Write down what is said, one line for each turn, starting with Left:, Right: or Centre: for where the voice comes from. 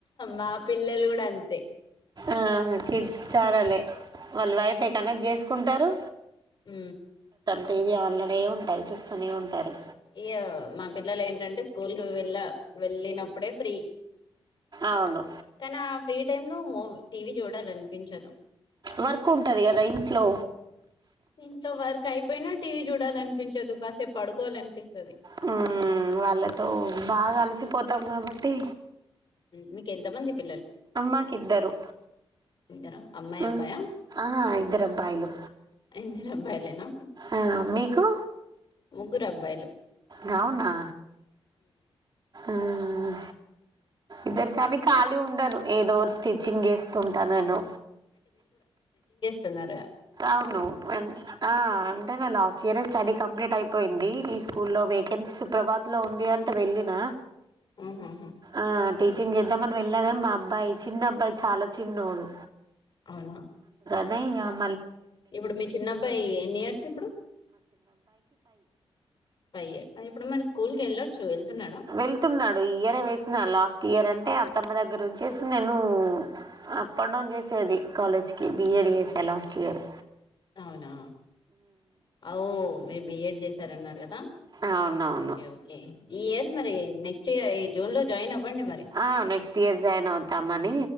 Left: మా పిల్లలు కూడా అంతే
Right: ఆ తిర్ చాడలేే వాళ్లు వైఫై కనెక్ట్ చే కుంటారు
Left: మ్
Right: తెది పలనే ఉంటారు చూస్తూనే ఉంటారు
Left: ఇయ్య మా పిల్లలు ఏంటంటే స్కూల్ కి వెళ్ళ వెళ్ళినప్పుడే ఫ్రీ
Right: అవును
Left: తన ఫ్రీ టైమ్ లో మ టీవి చూడ అనిపించదు
Right: వర్క్ ఉంటది కదా ఇంట్లో
Left: ఇంట్లో వర్క్ అయిపోయినా టీవీ చూడాలనిపించదు, కాసేపు పడుకోవాల అనిపిస్తుంది
Right: మ్మ్ వాళ్ళతో బాగా అలిసిపోతాం కాబట్టి
Left: మీకు ఎంత మంది పిల్లలు
Right: అమ్మాకి ఇద్దరు
Left: ఇద్దరా అమ్మాయి
Right: మ్మ్
Left: అబ్బాయా
Right: ఆ ఇద్దరు అబ్బాయిలు
Left: ఇద్దరు అబ్బాయిలేనా
Right: ఆ మీకు
Left: ముగ్గురు అబ్బాయిలు
Right: గవునా మ్ ఇద్దరుకి కని కాలి టను ఏదోర్ స్టిచ్చింగ్ చేస్తుంటా నేను
Left: తిన్నార్గా
Right: అవును వెన్ ఆ అంటే నేన్ లాస్ట్ ఇయరే స్టడీ కంప్లీట్ అయిపో పోయింది ఈ స్కూల్లో వేకెన్సీ సుప్రభాత్ లో ఉంది అంటే వెళ్ళిన
Left: ఆహాహా
Right: ఆ టీచింగ్ ఇద్దాం అని పోయ్ ఇలాగా మా అబ్బాయి చిన్న అబ్బాయి చాలా చిన్నోడు
Left: అవునా
Right: రై రాబ్
Left: ఇప్పుడు మీ చిన్నబ్బాయి ఎన్ని ఇయర్స్ ఇప్పుడు ఫైవ్ ఇయర్స్ ఇప్పుడు మరి స్కూల్ కి వెళ్ళొచ్చు వెళ్తున్నాడా
Right: వెళ్తున్నాడు ఈ ఇయర్ యే వేస్నాడు లాస్ టీర్ అంటే అత్తమ్మ దగ్గర ఉంచేసి నేను అప్ అండ్ డౌన్ చేసేది కాలేజ్కి బిఏడడి చేసి ఎలాస్ట్ ఇయర్
Left: అవునా ఔ మీ బి ఏడ్ చేశారు అన్నారు కదా
Right: అవునవును
Left: ఓకే ఓకే ఈ ఇయర్ మరి నెక్స్ట్ ఇయర్ జూన్ లో జాయిన్ అవ్వండి మరి
Right: ఆ నెక్స్ట్ ఇయర్ జాయిన్ అవుతామని